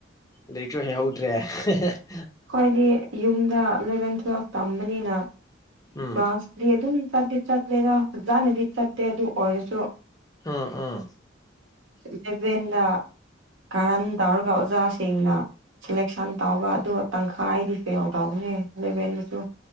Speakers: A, on the left (about 20°); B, on the right (about 75°).
A: ꯂꯥꯏꯔꯤꯛꯁꯨ ꯍꯩꯍꯧꯗ꯭ꯔꯦ ꯍ
B: ꯍꯥꯏꯣꯏꯗꯤ ꯌꯨꯝꯗ ꯑꯦꯂꯚꯦꯟ ꯇꯨꯋꯦꯜꯐ ꯇꯝꯕꯅꯤꯅ
A: ꯎꯝ
B: ꯀ꯭ꯂꯥꯁꯗꯤ ꯑꯗꯨꯅꯤ ꯆꯠꯇꯗꯤ ꯆꯠꯇ꯭ꯔꯦꯗ ꯐꯖꯥꯅꯗꯤ ꯆꯠꯇꯦ ꯑꯗꯨ ꯑꯣꯏꯔꯁꯨ
A: ꯑꯝ ꯎꯝ
B: ꯂꯩꯕꯦꯟꯗ ꯀꯥꯔꯟ ꯇꯧꯔꯒ ꯑꯣꯖꯥꯁꯤꯡꯅ ꯁꯦꯂꯦꯛꯁꯟ ꯇꯧꯕ ꯑꯗꯨ ꯇꯪꯈꯥꯏꯗꯤ ꯐꯦꯜꯦꯜ ꯇꯥꯎꯕꯅꯦ ꯂꯦꯕꯦꯟꯗꯁꯨ